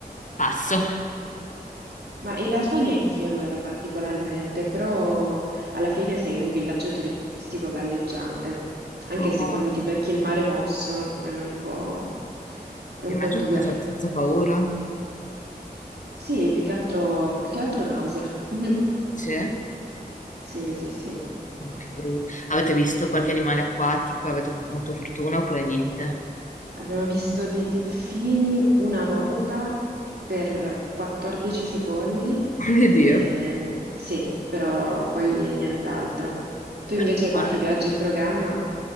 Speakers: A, on the left (about 50°); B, on the right (about 85°).
A: passo.
B: Ma in realtà neanche io lo ero particolarmente, però alla fine sei in un villaggio turistico galleggiante, anche
A: Oh,
B: se quando ti becchi il mare mosso, quello è un po', è un
A: Immagino
B: po' dura.
A: che faccia abbastanza paura.
B: Sì, più che altro, più che altro nausea. <laughs>
A: Sì? Ma
B: Sì, sì, sì.
A: che brutto. Avete visto qualche animale acquatico? Avete avuto fortuna oppure niente?
B: Abbiamo visto dei delfini una volta per 14 secondi,
A: <laughs> mio
B: ehm,
A: Dio.
B: sì, però poi nient'altro. Tu invece
A: Meno
B: hai qualche
A: male.
B: viaggio in programma?